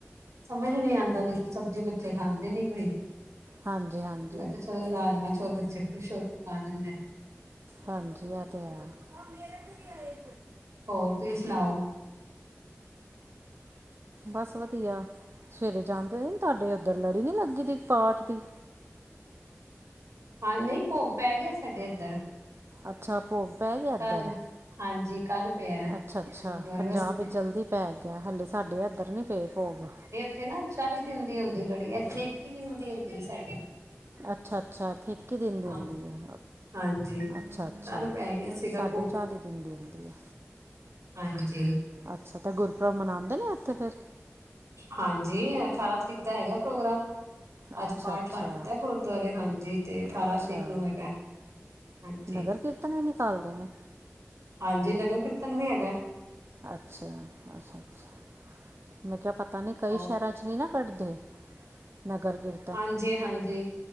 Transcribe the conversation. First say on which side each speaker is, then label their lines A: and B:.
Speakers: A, on the right; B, on the right.
A: ਸਮਝ ਨਹੀਂ ਆਂਦਾ ਦੇਖੋ ਸਬਜ਼ੀ ਬੱਚੇ ਖਾਂਦੇ ਨੀ ਕੋਈ।
B: ਹਾਂਜੀ ਹਾਂਜੀ
A: ਮੈਂ ਕਿਆ ਚਲੋ ਰਾਜਮਾਂ ਚੋਲ ਬੱਚੇ ਖੁਸ਼ ਹੋ ਕੇ ਖਾ ਲੈਂਦੇ ਐ।
B: ਹਾਂਜੀ, ਆ ਤੇ ਹੈ। ਐ ਮੇਰੇ ਤੇ ਕੀ ਆਇਆ ਈ।
A: ਹੋਰ, ਤੁਸੀਂ ਸੁਣਾਓ।
B: ਬਸ ਵਧੀਆ, ਸਵੇਰੇ ਜਾਂਦੇ ਓ ਤੁਹਾਡੇ ਓਧਰ ਲੜੀ ਨੀ ਲੱਗਦੀ ਪਾਠ ਦੀ?
A: ਹਾਂ, ਨਈ ਭੋਗ ਪੈ ਗਿਆ, ਸਾਡੇ ਇੱਧਰ।
B: ਅੱਛਾ, ਭੋਗ ਪੈ ਗਿਆ, ਇੱਧਰ।
A: ਕੱਲ ਹਾਂਜੀ ਕੱਲ ਪਿਆ
B: ਅੱਛਾ-ਅੱਛਾ,
A: ਗੁਰਦੁਆਰੇ
B: ਪੰਜਾਬ
A: ਵਾਸਤੇ
B: ਇੱਚ ਜਲਦੀ ਪੈ ਗਿਆ। ਹਲੇ ਸਾਡੇ ਐਦਰ <unintelligible> ਫੇਰ ਭੋਗ।
A: ਓਥੇ ਨਾ ਚਾਲੀ ਦਿਨ ਦੀ ਹੁੰਦੀ ਏ ਲੜੀ, ਐਥੇ ਇੱਕੀ ਦਿਨ ਦੀ ਹੁੰਦੀ ਏ, ਸਾਡੇ।
B: ਅੱਛਾ-ਅੱਛਾ, ਐਥੇ ਇੱਕੀ ਦਿਨ ਦੀ ਹੁੰਦੀ
A: ਹਾਂ
B: ਹੈ,
A: ਹਾਂਜੀ
B: ਅੱਛਾ -ਅੱਛਾ।
A: ਕੱਲ ਪੈ ਗਿਆ ਸੀਗਾ
B: ਸਾਢੇ
A: ਭੋਗ
B: ਚਾਲੀ ਦਿਨ ਦੀ ਹੁੰਦੀ ਹੈ।
A: ਹਾਂਜੀ
B: ਅੱਛਾ ਤੇ ਗੁਰਪੁਰਬ ਮਨਾਦੇ ਨੇ ਐਥੇ ਫਿਰ
A: ਹਾਂਜੀ ਅਠਾਰਾਂ ਤਰੀਕ ਦਾ ਹੈਗਾ ਪ੍ਰੋਗਰਾਮ। ਅੱਜ
B: ਅੱਛਾ
A: ਪਾਠ
B: ਅੱਛਾ
A: ਰੱਖਤਾ ਗੁਰਦੁਆਰੇ ਹਾਂਜੀ ਤੇ ਅਠਾਰਾਂ
B: ਅੱਛਾ
A: ਤਰੀਕ ਨੂੰ ਹੈਗਾ। ਹਾਂਜੀ
B: ਨਗਰ ਕੀਰਤਨ ਵੀ ਨਿਕਾਲਦੇ ਨੇ
A: ਹਾਂਜੀ ਨਗਰ ਕੀਰਤਨ ਵੀ ਹੈਗਾ।
B: ਅੱਛਾ-ਅੱਛਾ-ਅੱਛਾ ਮੈਂ ਕੇਹਾ ਪਤਾ ਨੀ ਕਈ
A: ਉਹ
B: ਸ਼ਹਿਰਾਂ ਚ ਨੀ ਨਾ ਕੱਡਦੇ ਨਗਰ ਕੀਰ
A: ਹਾਂਜੀ-ਹਾਂਜੀ